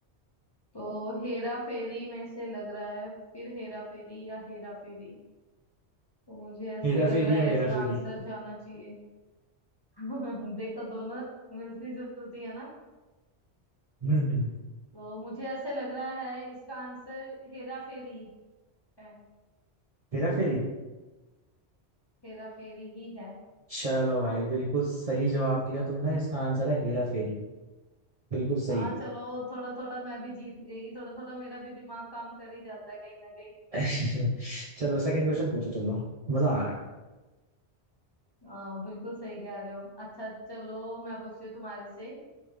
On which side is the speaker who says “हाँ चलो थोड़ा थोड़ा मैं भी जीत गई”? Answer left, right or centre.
Left